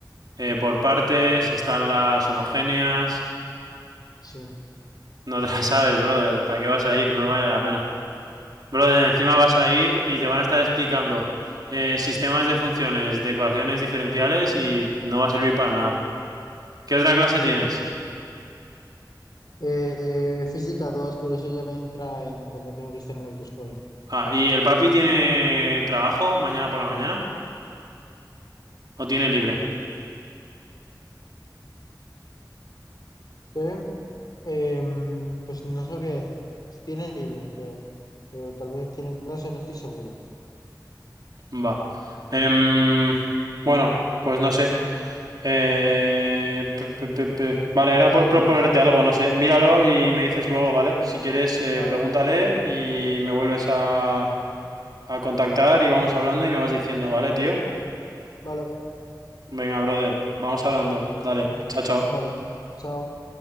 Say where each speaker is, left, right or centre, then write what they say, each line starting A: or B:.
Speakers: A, on the right (about 60°); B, on the left (about 60°).
A: Eh, por partes están las homogéneas.
B: Sí,
A: No te las <laughs> sabes, brother. ¿Para qué vas a ir? No
B: no,
A: vale la pena. Brother, encima vas a ir y te van a estar explicando eh, sistemas de funciones, de ecuaciones diferenciales y no va a servir para nada. ¿Qué otra clase tienes?
B: ya. Eh, física 2, pero eso ya me entra en cuando tengo que estar en la autoescuela.
A: Ah, ¿y el papi tiene trabajo mañana por la mañana? ¿O tiene libre?
B: Eh, em, pues no sabría, dec- tiene libre, creo, pero tal vez tiene, no sé, no estoy seguro.
A: Va. Em, bueno, pues no sé. Eh, pe- pe- pe- pe. Vale,
B: ¿Qué
A: era
B: me
A: por
B: dirías?
A: proponerte algo, no sé. Míralo y me dices luego, ¿vale? Si quieres, eh,
B: Vale,
A: pregúntale y me vuelves a, a contactar y vamos hablando y me vas diciendo, ¿vale, tío?
B: vale,
A: Venga, brother, vamos hablando. Dale,
B: venga,
A: chao, chao.
B: vale, chao.